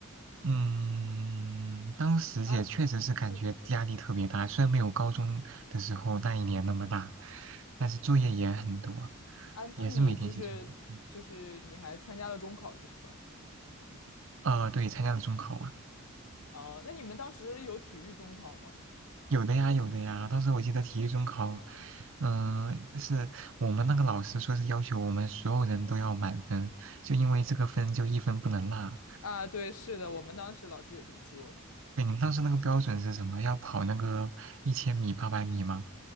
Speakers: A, on the right; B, on the left.
A: 嗯，当时也确实是感觉压力特别大，
B: 啊，那
A: 虽然没有高中的时候那一年那么大，但是作业也很多，
B: 啊，
A: 也是每天写作业。
B: 那你就是就是你还参加了中考是吧？
A: 呃，对，参加了中考啊，
B: 哦，那你们当时有体育中考吗？
A: 有的呀，有的呀。当时我记得体育中考，嗯、是我们那个老师说是要求我们所有人都要满分，就因为这个分就一分不能落。
B: 啊，对，是的，我们当时老师也这么说。
A: 对，你们当时那个标准是什么？要跑那个一千米、八百米吗？